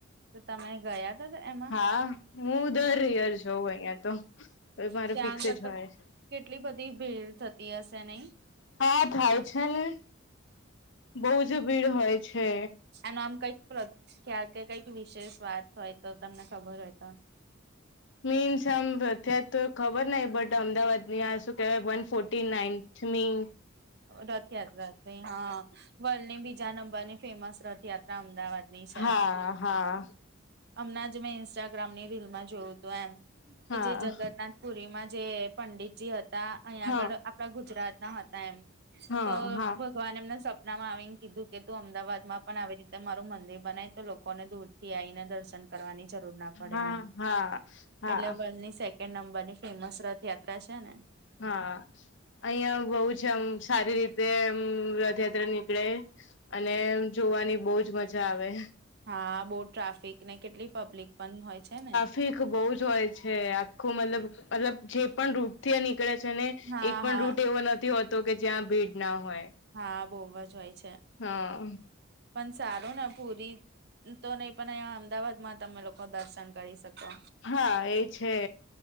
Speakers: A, on the right; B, on the left.
A: તો તમે ગયા? હતા એમાં
B: હા હું દર યાર જોઉં અહિયાં તો મારે
A: ત્યાં
B: ફિક્સ
A: આગળ
B: જ
A: તો
B: હોય
A: કેટલી બધી ભીડ થતી હશે નહી
B: હા થાય છે ને બહજ ભીડ હોય છે
A: આનું આમ કઈક પ્રખ્યાત કે કઈક વિશેષ વાત હોય તો તમને ખબર હોય તો
B: મીન્સ આમ અત તો ખબર નહ બટ અમદાવાદ ની આ શું કેવાયન ફોર્ટી નાઇન્થ મી
A: રથયાત્રા ત હા વર્લ્ડની બીજા નંબરની ફેમસ રથયાત્રા અમદાવાદની છે
B: હા હા
A: હમણાં જ મેં ઇન્સ્ટાગ્રામની રીલમાં જોયું હતું એમ કે
B: હા
A: જે જગન્નાથ પુરીમાં જે પંડિતજી હતા અહીંયા
B: હા
A: આગળ આપડા ગુજરાત ના હતા એમ
B: હા
A: તો
B: હા
A: બ તો આને એમને સપનામાં આવીને કીધું કે તું અમદાવાદ માં પણ આવી રીતે મારું મંદિર બનાય તો લોકોને દૂર થી આઈને દર્શન કરવાની જરૂર ના પડે
B: હા
A: એમ
B: હા હા
A: એટલે વની નંબર ની ફેમસ રથયાત્રા છે ને
B: હા અહં બહ છે આમ સારી રીતેમ રથયાત્રા ની નીકળે અને જોવાની બહજ મજા આવે
A: હા બહુ ટ્રાફિક ને કેટલી પબ્લિક પણ હોય છે ને
B: ફીખ બહુ જ હોય છે આખું મતલબ મતલબ જે પણ રૂપથીની નીકળે છે ને
A: હા
B: એક પણ
A: હા
B: રૂટ એવો નથી હોતો કે જ્યાં ભીડ ના હોય
A: હા બહુ જ હોય છે
B: હા
A: પણસારો ના પૂરી તો નહીિ પણ અહીયા અમદાવાદમાં તમે લોકો દર્શન કરી શકો
B: હા એ છે